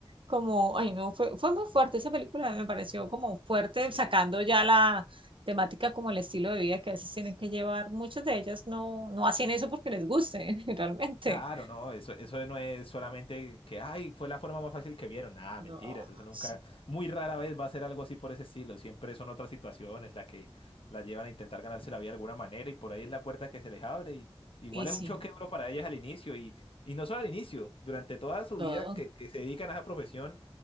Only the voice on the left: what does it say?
Sí,
Claro, no, eso, eso no es solamente que, ay, fue la forma más fácil que vieron. Nada,
mentira eso nunca,
muy rara vez va a ser algo así por ese estilo. Siempre son otras situaciones las que las llevan a intentar ganarse la vida de alguna manera y por ahí es la puerta que se les abre. Y igual
es un choque duro para ellas al inicio y, y no solo al inicio, durante toda su
vida que, que se dedican a esa profesión,